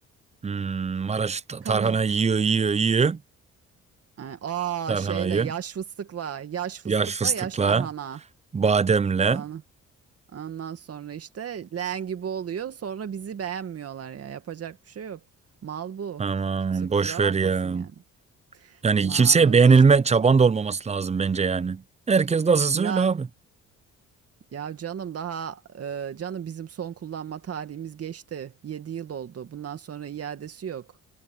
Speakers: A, on the right (about 20°); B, on the right (about 50°).
A: Hmm. Maraş ta-
B: Kamu.
A: tarhana yiyor yiyor yiyor.
B: Ha, Aa
A: Tarhanayı.
B: şeyle yaş fıstıkla, yaş fıstıkla
A: Yaş fıstıkla.
B: yaş tarhana.
A: Bademle.
B: Ana. Ondan sonra işte leğen gibi oluyor. Sonra bizi beğenmiyorlar ya. Yapacak bir şey yok. Mal bu.
A: Aman
B: Kimse kusura
A: boş ver
B: bakmasın
A: ya.
B: yani.
A: Yani
B: Aman
A: kimseye
B: öyle
A: beğenilme
B: işte.
A: çaban da olmaması lazım bence yani. Herkes nasılsa
B: Ya
A: öyle abi.
B: ya canım daha e, canım bizim son kullanma tarihimiz geçti. yedi yıl oldu. Bundan sonra iadesi yok.